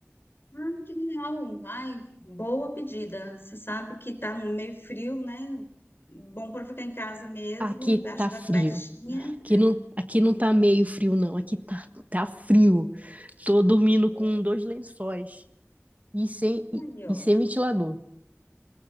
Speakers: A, on the left; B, on the right.
A: Ai, que legal. Ai, boa pedida. Você sabe que tá meio frio, né? Bom para ficar em casa mesmo,
B: Aqui
A: embaixo
B: tá
A: da
B: frio.
A: cobertinha.
B: Aqui não, aqui não tá meio frio, não. Aqui tá, tá frio. Tô dormindo
A: Bom.
B: com dois lençóis e sem,
A: Aí,
B: e,
A: ó.
B: e sem ventilador.